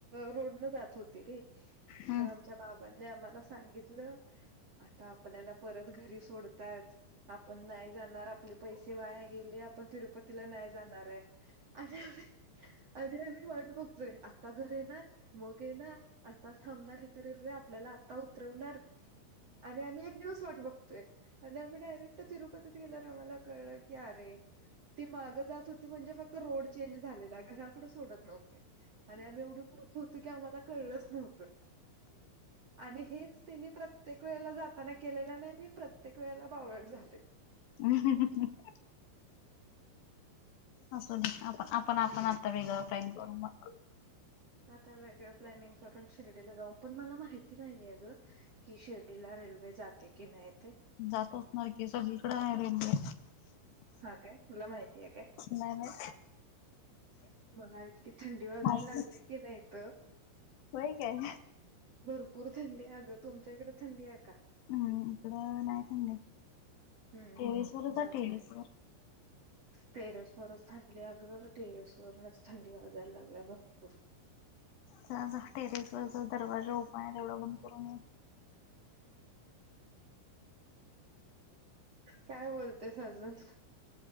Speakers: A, on the right; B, on the left.
A: रोड न जात होती रे
B: हम्म
A: तर आमच्या बाबांनी आम्हाला सांगितलं आता आपल्याला परत घरी सोडतयात पण नाही जाणार आपले पैसे वाया गेले आपण तिरुपतीला नाही जाणार आहे आणि आम्ही आणि आम्ही वाट बघतोय आता घर येणार मग येणार आता थांबणार इथ रेल्वे आपल्याला आता उतरवणार आणि आम्ही एक दिवस वाट बघतोय आणि आम्ही डायरेक्ट तिरुपतीत गेल्या आमला कळलं की अरे ती माग जात होती म्हणजे फक्त तर रोड चेंज झालेला, घराकड सोडत नव आणि आम्ही एवढी पुरख होतो, की आम्हाला कळच नव्हतं. आणि हेच त्यांनी प्र ते कळल जात ना केलेला नाही, मी प्रत्येक वेळेला बावळट झाले.
B: <unintelligible> असूदे आपण आपण आपण आता वेगळं प्लॅन करू मग.
A: आता वेगळं प्लॅनिंग करून, शिर्डीला जाऊन पण मला माहिती नाहीये अ गं. कि शिर्डीला रेल्वे, जाते कि नाही ते.
B: जात असणार की, सगळीकडे आहे रेल्वे.
A: हा काय, तुला माहिती काय?
B: नाही.
A: मला इतकी थंडी वाजायला
B: माहित
A: लागली
B: नाही
A: कणी इथं.
B: होय काय.
A: भरपूर थंडी आहे आगं, तुमच्या इकडे थंडी आहे का.
B: हम इकड नाही थंडी,
A: हम्म
B: टेरेस वर
A: चांगलंय
B: चा टेरेसवर.
A: टेरेस वरच थांबली अगं, टेरेस वरनच थंडी वाजायला लागल्या भरपूर.
B: हां, जा टेरेस वर जा दरवाजा ओपन आहे तेवढा बंद करून ये.
A: काय बोलतेस अजून.